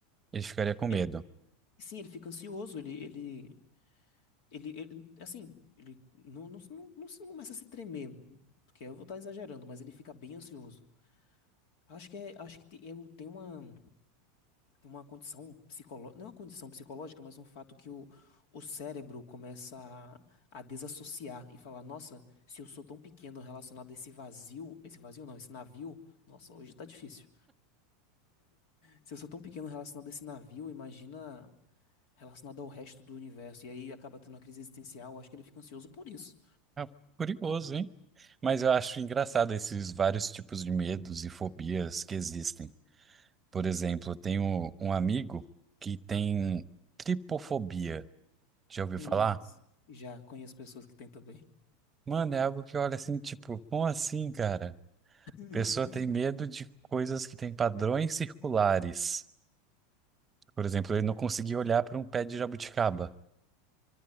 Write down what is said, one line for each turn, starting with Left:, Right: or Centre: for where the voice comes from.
Right: ele ficaria com medo.
Left: E- sim, ele fica ansioso, ele, ele, ele, ele- assim, ele não, não, não, não se- não começa a se tremer, porque eu vou estar exagerando, mas ele fica bem ansioso. Acho que é, acho que tem, eu tenho uma. tem uma condição psicológica, não é uma condição psicológica, mas um fato que o, o cérebro começa a, a desassociar e falar, nossa, se eu sou tão pequeno relacionado a esse vazio, esse vazio não, esse navio, nossa, hoje tá difícil. Se eu sou tão pequeno relacionado a esse navio, imagina relacionado ao resto do universo, e aí acaba tendo uma crise existencial, acho que ele fica ansioso por isso.
Right: Ah, curioso, hein? Mas eu acho engraçado esses vários tipos de medos e fobias que existem. Por exemplo, eu tenho um amigo que tem tripofobia. Já ouviu
Left: Hum,
Right: falar?
Left: já conheço pessoas que têm também.
Right: Mano, é algo que olha assim, tipo, como assim, cara?
Left: <laughs>
Right: Pessoa tem medo de coisas que têm padrões circulares. Por exemplo, ele não conseguia olhar para um pé de jabuticaba.